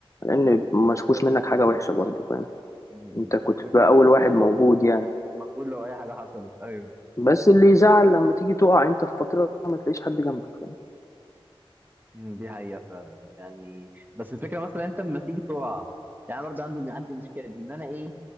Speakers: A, on the left (about 35°); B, on the right (about 20°).
A: لأن ما
B: بالظبط
A: شافوش منك
B: بالظبط
A: حاجة وحشة برضو فاهم
B: مم.
A: أنت كنت
B: الفكره
A: بقى
B: بقى
A: أول
B: فاهم
A: واحد موجود يعني
B: موجود لو اي حاجه حصلت ايوه
A: بس اللي يزعل لما تيجي تقع أنت في فترة ما تلاقيش حد جنبك فاهم
B: مم، دي حقيقة فعلا يعني بس الفكرة مثلا انت لما تيجي تقع يعني أنا برضه عندي عندي مشكلة دي ان انا ايه